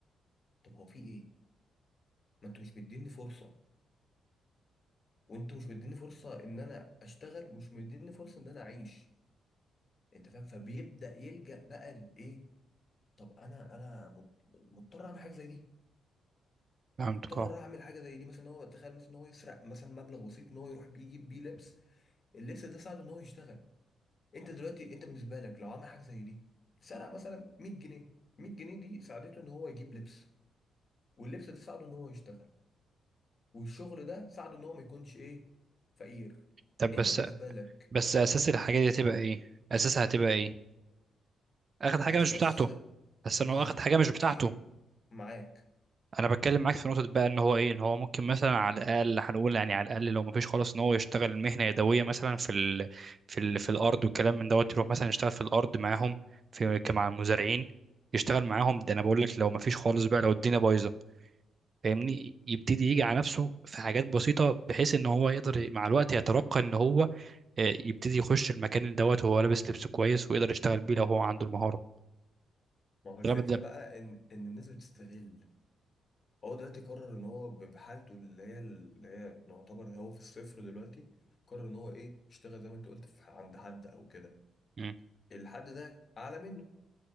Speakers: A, on the left; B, on the right.
A: طب هو في إيه؟ ما أنتوا مش مديني فرصة وأنتوا مش مديني فرصة إن أنا أشتغل ومش مديني فرصة إن أنا أعيش أنت فاهم؟ فبيبدأ يلجأ بقى لإيه؟ طب أنا أنا مض- مضطر أعمل حاجة زي دي
B: فهمتك
A: مضطر
B: اه
A: أعمل حاجة زي دي مثلا إن هو تخيل مثلا إن هو يسرق مثلا مبلغ بسيط إن هو يروح بيه يجيب بيه لبس اللبس ده ساعده إن هو يشتغل أنت دلوقتي أنت بالنسبة لك لو عمل حاجة زي دي سرق مثلا 100 جنيه 100 جنيه دي ساعدته إن هو يجيب لبس واللبس ده ساعده ان هو يشتغل والشغل ده ساعده ان هو ما يكونش ايه فقير
B: طب
A: انت
B: بس
A: بالنسبه لك
B: بس اساس الحاجه دي هتبقى
A: اه
B: ايه اساسها هتبقى ايه اخد حاجه
A: اساس
B: مش بتاعته بس
A: بز...
B: انه اخد حاجه مش
A: اوكي
B: بتاعته
A: معاك
B: انا بتكلم معاك في نقطه بقى ان هو ايه ان هو ممكن مثلا على الاقل هنقول يعني على الاقل لو ما فيش خالص ان هو يشتغل مهنه يدويه مثلا في ال... في ال... في الارض والكلام من دوت يروح مثلا يشتغل في الارض معاهم في مع المزارعين يشتغل معاهم ده انا بقول لك لو ما فيش خالص بقى لو الدنيا بايظه فاهمني يبتدي يجي على نفسه في حاجات بسيطه بحيث ان هو يقدر مع الوقت يترقى ان هو آه، يبتدي يخش المكان اللي دوت وهو لابس لبس كويس ويقدر يشتغل بيه لو هو عنده المهاره
A: ما هو الفكره
B: ده ده-
A: بقى ان ان الناس بتستغل هو دلوقتي قرر ان هو ب- بحالته اللي هي اللي هي يعتبر هو في الصفر دلوقتي قرر ان هو ايه يشتغل زي ما انت قلت في عند حد او كده
B: مم،
A: الحد ده اعلى منه